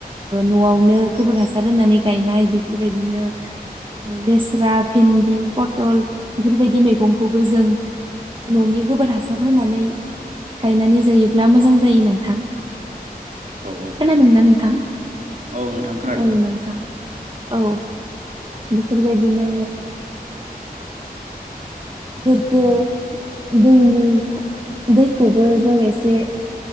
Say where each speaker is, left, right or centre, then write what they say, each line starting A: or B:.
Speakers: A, on the right; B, on the right.
A: न'आवनो गोबोर हासार होनानै गायनाय बेफोरबायदिनो <unintelligible> लेस्रा भिन्दि पथल बेफोरबायदि मैगंखौबो जों न'नि गोबोर हासार होनानै गायनानै जायोब्ला मोजां जायो नोंथां
B: औ
A: खोनादोंं नना नोंथां
B: नंगौ औ नोंथां खोनादों
A: औ नोंथां औ बेफोरबायदिनो गोग्गो दैनि दैखौबो जों एसे